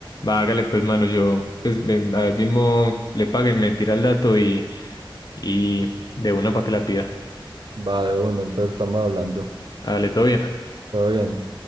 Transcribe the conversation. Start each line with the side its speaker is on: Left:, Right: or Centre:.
Left: va Vágale, pues, mano, yo, pues, me- ahí mismo le paguen, me tira el dato y, y de una para que la pida.
Right: Va de una, entonces estamos hablando.
Left: Hágale, todo bien.
Right: Todo bien.